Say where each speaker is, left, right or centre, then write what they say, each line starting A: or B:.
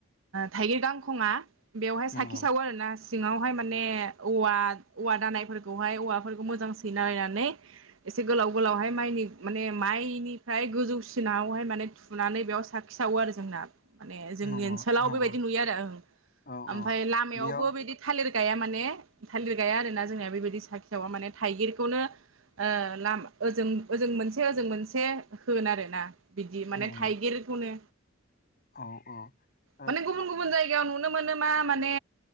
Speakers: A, on the right (about 75°); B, on the left (about 45°).
A: थाइगिर गांखङा बेवहाय
B: नंगौ
A: साखि सावो आरोना सिङावहाय माने औवा औवा दानायफोरखौहाय औवाफोरखौ मोजांसि <unintelligible> दना लायनानै एसे गोलाव गोलावहाय माइनि माने माइनिफ्राय गोजौसिनावहाय माने थुनानै बेयाव साखि सावो आरो जोंना माने जोंनि
B: नंगौ
A: ओनसोलाव
B: नंगौ
A: बेबायदि नुयो आरो
B: औ
A: ओमफ्राय
B: औ
A: लामायावबो
B: बेयाव
A: बिदि थालिर गाया माने थालिर गाया आरो ना जोंनिया बेबायदि साखि सावा माने थाइगिर खौनो ओ लामा ओजों ओजों मोनसे ओजों मोनसे होगोन आरो ना बिदि माने
B: नंगौ
A: थाइगिरखौनो
B: औ औ ओ
A: माने गुबुन गुबुन जाय जायगायाव नुनो मोनो मा माने